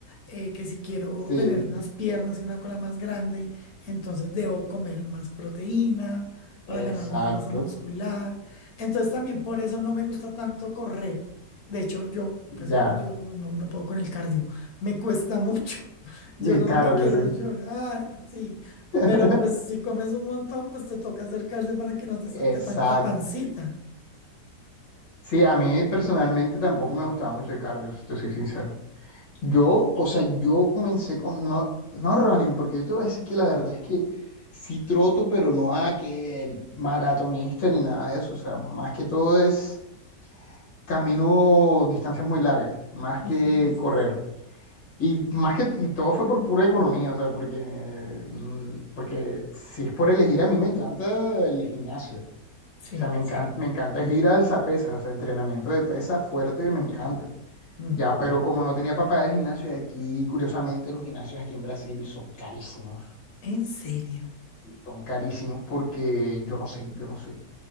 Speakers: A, on the left; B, on the left.
A: eh, que si quiero
B: sí.
A: tener unas piernas y una cola más grande, entonces debo comer más proteína para
B: Exacto.
A: ganar más masa muscular. Entonces también por eso no me gusta tanto correr. De hecho, yo casi
B: Ya.
A: yo, yo no, no puedo con el cardio. Me cuesta mucho. <laughs> Yo
B: Y
A: como
B: cardio,
A: que quiero
B: sí.
A: llorar, sí.
B: <laughs>
A: Pero pues si comes un montón, pues te toca hacer cardio para que no te salga
B: Exacto.
A: tanta pancita.
B: Sí, a mí personalmente tampoco me gustaba mucho el cardio, si te soy sincero. Yo, o sea, yo comencé con, no, no running, porque yo te voy a decir que la verdad es que sí troto, pero no a que el maratonista ni nada de eso. O sea, más que todo es camino distancias muy largas, más
A: Ujú,
B: que correr. Y más que, y todo fue por pura economía, o sea, porque, mm, porque si es por elegir, a mí me encanta el gimnasio.
A: Sí.
B: O sea, me Sí. encanta, me encanta es ir al pesas, o sea, entrenamiento de pesas fuerte,
A: Mm,
B: me encanta.
A: mm.
B: Ya, pero como no tenía para pagar el gimnasio de aquí, curiosamente los gimnasios aquí en Brasil son carísimos.
A: ¿En serio?
B: Son carísimos porque yo no sé, yo no sé.